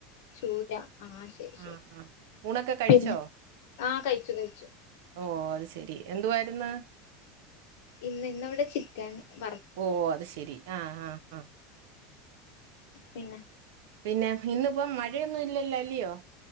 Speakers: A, on the left; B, on the right.
A: ചൂര ആ ശെരി
B: ആ
A: ശെരി
B: ആ ഊണൊക്കെ കഴിച്ചോ
A: പിന്നെ ആഹ് കയ്ച്ചു കയ്ച്ചു
B: ഓ അത് ശരി എന്തുവാരുന്ന്?
A: ഇന്ന് ഇന്നിവിടെ ചിക്കൻ വറ
B: ഓ അത് ശരി ആ ആ ആ
A: പിന്നെ
B: പിന്നെ ഇന്നിപ്പം മഴയൊന്നും ഇല്ലല്ലോ അല്ലിയോ?